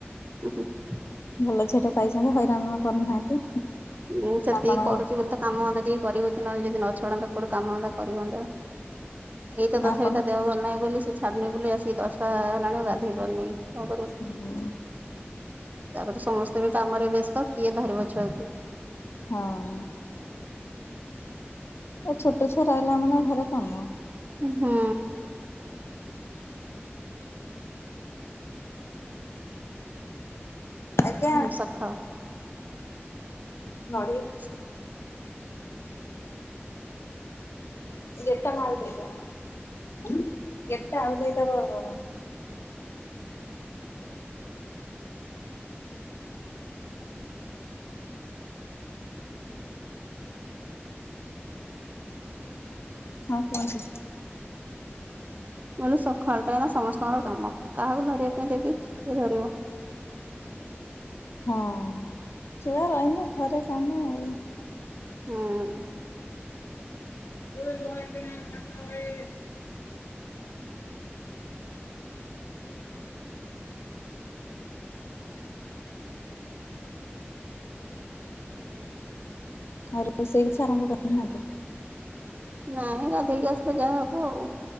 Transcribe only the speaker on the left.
ଭଲ ଝିଅଟେ ପାଇଛନ୍ତି ହଇରାଣ କରୁନାହାନ୍ତି।
ଆପଣ
ଆପଣ
ହୁଁ
ହଁ। ଏ ଛୋଟ ଛୁଆ ରହିଲା ମାନ ଘରେ କାମ
ଆଜ୍ଞା
କି
ଗେଟା ମା ଆଉକୁ ଦେଇଦବା ଗେଟା ଆଉ ଦେଇଦବ ଆଉ କଣ ହଁ କୁହନ୍ତୁ?
ହଁ ଛୁଆ ରହିଲେ ଘରେ କମ୍ କାମ।
ଜ ଖାତା ବହି ଆଉ ରୋଷେଇ କିଛି ଆରମ୍ଭ କରିନାହା?